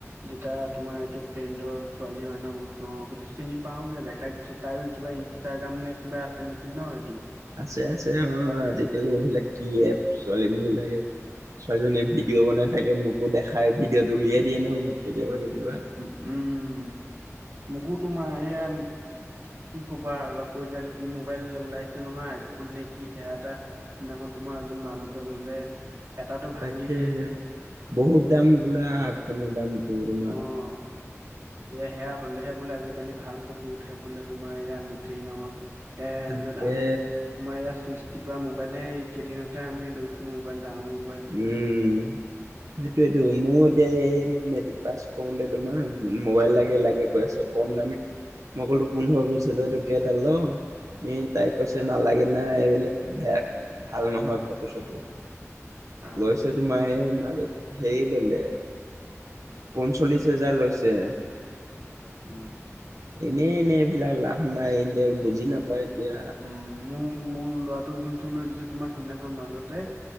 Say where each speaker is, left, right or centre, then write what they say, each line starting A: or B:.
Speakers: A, on the right; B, on the right.
A: যেতিয়া তোমাৰ এইটো ফ্ৰেণ্ডৰ ছোৱালী হয় ন মই কৈছো অ চিনি পাওঁ বোলে দেখাই দিছে তাই কিবা ইনষ্টাগ্ৰাম নে কিবা আছে নেকি ন এইটো।
B: আছে-আছে অ আজিকালি এইবিলাক কি এপ ছোৱালী বিলাকে ছোৱালীজনীয়ে ভিডিঅ' বনাই থাকে, মোকো দেখাই, ভিডিঅট উলিয়াই দিয়ে
A: অ' উম,
B: নহয় মোক কেতিয়াবা-কেতিয়াবা।
A: উম মোকো তোমাৰ এয়া কি ক'বা আৰু আকৌ এইডাল কি মোবাইল ওলাইছে নহয় আইফোন নে কি সেয়া এটা সিদিনাখন তোমাৰ আজি মাজতে ললে। এটাটো ভাঙিলেই
B: তাকেহে বহুত দাম বোলা আইফোনৰ দামটো তোমাৰ।
A: অ'। এয়া সেয়া হলেহে বোলে আজিকালি ভাল ফটো উঠে বোলে তোমাৰ এয়া নুঠেই নহয়।
B: তাকে
A: এন্দত আমি তোমাৰ এয়া চুইচ টিপা মোবাইল এই কেইদিনতে আমি লৈছো মোবাইল ডাঙৰ মোবাইল৷
B: উম সেইটোৱেইটো মোৰ এতিয়া এই মেট্ৰিক পাছ কৰোতে তোমাৰ মোবাইল লাগে-লাগে কৈ আছে কম দামি মই ক'লো পোন্ধৰ বিশ হাজাৰ টকিয়া এটা ল৷ এ তাই কৈছে নালাগে না এইবিলাক বেয়া ভাল নহয় ফটো চটো৷
A: হা
B: লৈছে তোমাৰ সেই মাজত সেই ললে। পঞ্চল্লিশ হাজাৰ লৈছে।
A: উম,
B: এনেই এনে এইবিলাক লাভ নাই। ইন দে বুজি নাপায় এতিয়া।
A: উম, মো মো মোৰ ল'ৰাটোক যোনটো লৈ দিছে তোমাৰ সিদিনাখনৰ মাজতে